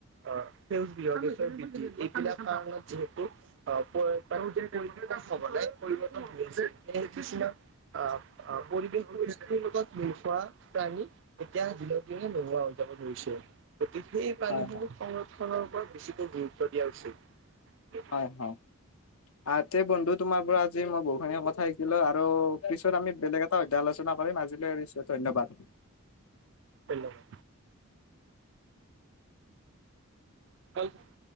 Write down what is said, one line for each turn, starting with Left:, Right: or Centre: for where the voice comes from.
Right: অ', সেউজ গৃহৰ <unintelligible> এইবিলাক কাৰত যিহেতু অ', <unintelligible> পৰিৱৰ্তন সঘনাই পৰিৱৰ্তন হৈ আছে সেয়ে কিছুমান আহ অ', পৰিৱেশিৰ পৰিস্থিতিৰ লগত মিল খোৱা প্ৰাণী এতিয়া দিনক দিনে নোহোৱা হৈ যাব ধৰিছে। গতিকে সেই প্ৰাণীসমূহ
Left: হয় হয়
Right: সংৰক্ষনৰ ওপৰত বেছিকৈ গুৰুত্ব দিয়া উচিত।
Left: হয়, হয়। আ, তে বন্ধু তোমাৰ পৰা আজি মই বহুতখিনি কথা শিকিলো আৰু পিছত আমি বেলেগ এ টা আলোচনা কৰিম আজিলৈ এৰিছো, ধন্যবাদ।
Right: ধন্যবাদ। <unintelligible>